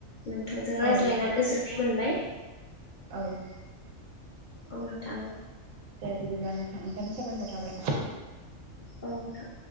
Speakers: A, on the left; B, on the right.
A: नोंथांजों रायज्लायना
B: औ
A: गोजोननाय मोनबाय।
B: औ।
A: बुंनो थांगौ।
B: दे बिदिब्ला नोंथां नोंथांनि साबायखर थाबाय।
A: औ नोंथां।